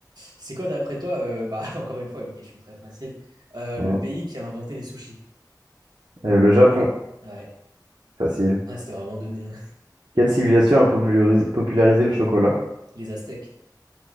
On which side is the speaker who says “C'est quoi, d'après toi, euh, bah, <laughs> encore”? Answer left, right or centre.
Right